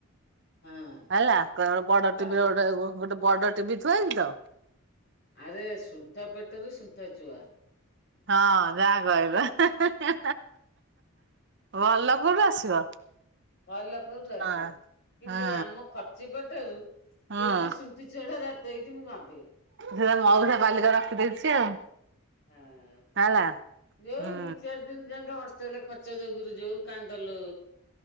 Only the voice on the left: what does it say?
ହଁ
ବା
ଆରେ ସୂତା ପେଟରୁ ସୂତା ଚୁଆ।
ଭଲ କୋଉଠୁ ଆସିବ।
କିନ୍ତୁ
ଆମ ଖର୍ଚି ପଟରୁ
କେମିତି ସୁ ଣ୍ଠି ଚୁଆ ଟା ଜାତ ହେଇଚି ମୁଁ ଭାବେ।
ହଁ
ଯୋଉ
ଦି, ଚାରି ଦ ଦିନ ଯାକେ ହଷ୍ଟେ ଖର୍ଚ୍ଚ ଯୋଗରୁ ଯଉ କାନ୍ଦଲୋ